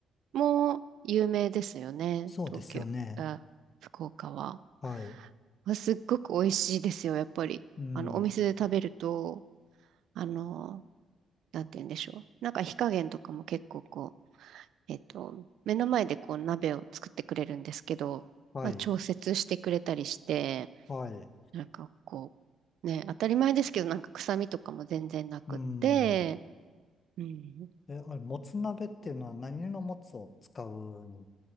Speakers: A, on the right (about 75°); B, on the left (about 40°).
A: も有名ですよね。
B: そうですよね。
A: 東京、あ、福岡は。
B: はい。
A: あすっごく美味しいですよ、やっぱり。
B: うん、
A: あの、お店で食べると、あの、なんて言うんでしょう。なんか火加減とかも結構こう、えっと、目の前でこう鍋を作ってくれるんですけど、
B: はい、
A: まあ、調節してくれたりして、
B: はい。
A: なんかこう、ね、当たり前ですけど、なんか臭みとかも全然なくって、
B: うん。
A: うん。
B: え、あれ、もつ鍋っていうのは何のもつを使うん